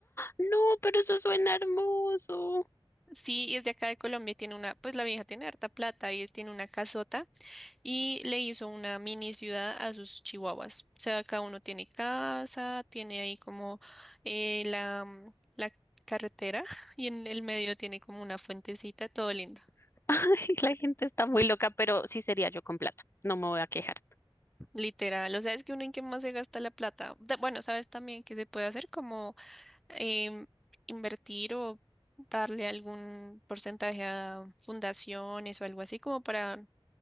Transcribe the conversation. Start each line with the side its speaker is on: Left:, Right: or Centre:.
Left: No, pero eso suena hermoso.
Centre: Sí, y es de acá de Colombia y tiene una, pues la vieja tiene harta plata y tiene una casota y le hizo una mini ciudad a sus chihuahuas. O sea, cada uno tiene casa, tiene ahí como eh, la, mm, la carretera <laughs> y en el medio tiene como una fuentecita, todo lindo,
Left: <laughs> Ay, la gente está muy loca, pero sí sería yo con plata. No me voy a quejar.
Centre: literal. O sea, es que uno en qué más se gasta la plata. Da- Bueno, sabes también que se puede hacer como em, invertir o darle algún porcentaje a fundaciones o algo así como para,